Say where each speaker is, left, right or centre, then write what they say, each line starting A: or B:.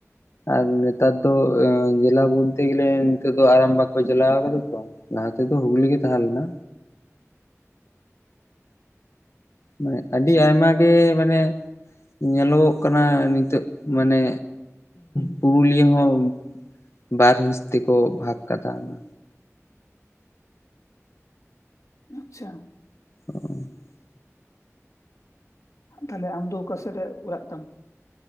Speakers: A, on the left (about 55°); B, on the left (about 80°).
A: ᱟᱨ ᱱᱮᱛᱟᱨ ᱫᱚ ᱡᱮᱞᱟ ᱵᱚᱞᱛᱮ ᱜᱮᱞᱮ ᱱᱤᱛᱟᱹᱜ ᱫᱚ ᱟᱨᱟᱢᱵᱟᱠ ᱠᱚ ᱡᱣᱞᱟᱣ ᱠᱟᱫᱟ ᱛᱚ ᱞᱟᱦᱟᱛᱮ ᱫᱚ ᱦᱩᱜᱽᱞᱤ ᱜᱮ ᱛᱟᱦᱮᱞᱮᱱᱟ ᱢᱟᱱᱮ
B: ᱟᱪᱪᱷᱟ
A: ᱟᱹᱰᱤ ᱟᱭᱢᱟ ᱜᱮ ᱢᱟᱱᱮ ᱧᱮᱞᱚᱜᱚᱜ ᱠᱟᱱᱟ ᱱᱤᱛᱚᱜ ᱢᱟᱱᱮ ᱯᱩᱨᱩᱞᱤᱭᱟᱹ ᱦᱚᱸ ᱵᱟᱨ ᱦᱤᱸᱥ ᱛᱮᱠᱚ ᱵᱷᱟᱜᱽ ᱠᱟᱫᱟ ᱚᱱᱟ
B: ᱟᱪᱪᱷᱟ
A: <unintelligible>
B: ᱛᱟᱦᱞᱮ ᱟᱢ ᱫᱚ ᱚᱠᱟ ᱥᱮᱫ ᱨᱮ ᱚᱲᱟᱜ ᱛᱟᱢ